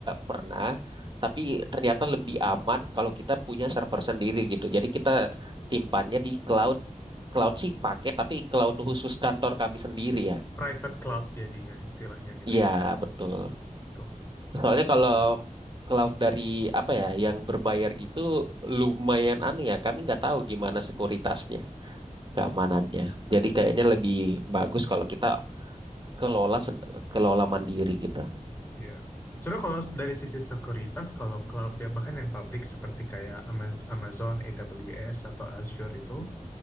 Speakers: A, on the right; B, on the left.
A: pernah, tapi ternyata lebih aman kalau kita punya server sendiri gitu. Jadi kita simpannya di cloud. Cloud sih pakai, tapi cloud khusus kantor kami sendiri ya.
B: Private cloud jadinya istilahnya gitu
A: Iya,
B: ya.
A: betul.
B: Tuh.
A: Soalnya kalau cloud dari apa ya, yang berbayar gitu lumayan anu ya, kami nggak tahu gimana sekuritasnya, keamanannya. Jadi kayaknya lebih bagus kalau kita kelola sen- kelola mandiri gitu.
B: Iya. Sebenarnya kalau dari sisi sekuritas, kalau cloud ya bahkan yang publik seperti kayak Ama- Amazon, AWS atau Azure itu